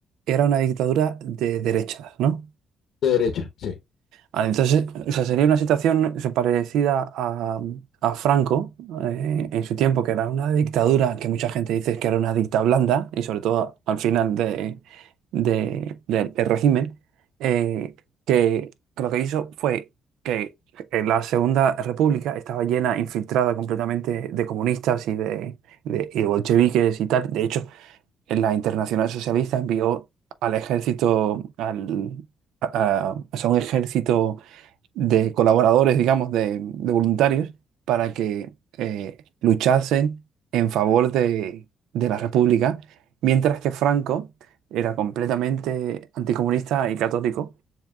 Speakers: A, on the right; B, on the left.
A: era una dictadura de derechas, ¿no?
B: de derecha, sí.
A: Vale, entonces, o sea, sería una situación eso, parecida a, a Franco eh, en su tiempo, que era una dictadura que mucha gente dice que era una dicta blanda, y sobre todo al final de, de- del del régimen, eh, que, que lo que hizo fue que en la Segunda República estaba llena, infiltrada completamente de comunistas y de, de- y de bolcheviques y tal. De hecho, la Internacional Socialista envió al ejército, al, a a- o sea, un ejército de colaboradores, digamos, de, de voluntarios, para que eh, luchasen en favor de, de la República, mientras que Franco era completamente anticomunista y católico.